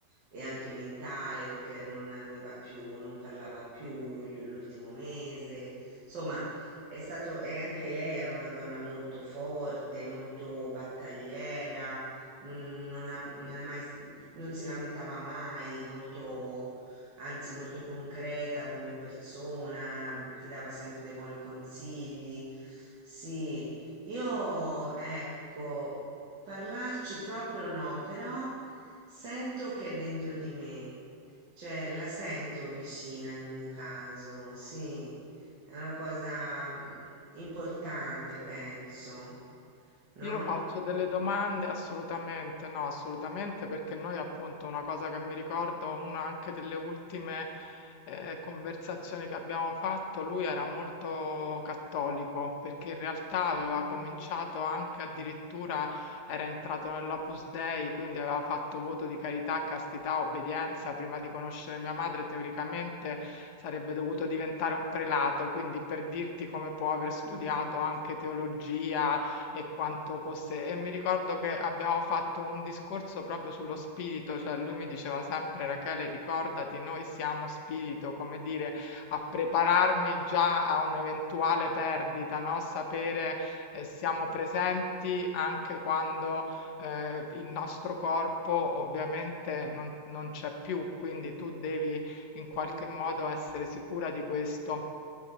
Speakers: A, on the right (about 80°); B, on the left (about 70°).
A: e anche mentale perché non aveva più, non parlava più gli- l'ultimo mese. Insomma, è stato, e anche lei era una donna molto forte, molto battagliera non, non ha- non è mai, s- non si lamentava mai, molto, anzi molto concreta come persona, ti dava sempre dei buoni consigli. Sì, io ecco, parlarci proprio no, però sento che è dentro di me, cioè la sento vicina in ogni caso, sì, è una cosa mm, importante, penso, no?
B: Io faccio delle domande? Assolutamente no, assolutamente perché noi appunto una cosa che mi ricordo, una anche delle ultime eh, conversazioni che abbiamo fatto, lui era molto cattolico perché in realtà aveva
A: Mm,
B: cominciato anche addirittura, era entrato nell'Opus Dei, quindi aveva fatto voto di carità, castità, obbedienza, prima di conoscere mia madre teoricamente sarebbe dovuto diventare un prelato, quindi per dirti come può aver studiato
A: mm,
B: anche teologia e quanto fosse e mi ricordo che abbiamo fatto un discorso proprio sullo spirito, cioè lui mi diceva sempre Rachele, ricordati, noi siamo spirito, come dire, a prepararmi già a un'eventuale perdita, no? Sapere eh, siamo presenti anche quando eh, il nostro corpo ovviamente non non c'è più, quindi tu devi in qualche
A: mm.
B: modo essere sicura di questo.